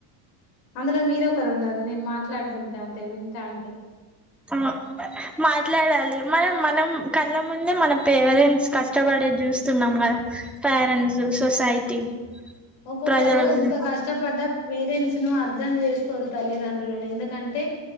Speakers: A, on the left; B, in the centre.
A: అందులో మీర ఒకరు ఉన్నారు నేను మాట్లాడుతుంటంటే వింటంటే
B: అ మా మాట్లాడాలి మనం మనం కళ్ళ ముందే మన పేరెంట్స్ కష్టపడేది చూస్తున్నాం కదా పెరెంట్స్ సొసైటీ
A: ఒకోక్కరు
B: ప్రజల గురి
A: ఎంత కష్టపడ్డ పేరెంట్స్ ను అర్థం చేసుకోరు తల్లిదండ్రులను ఎందుకంటే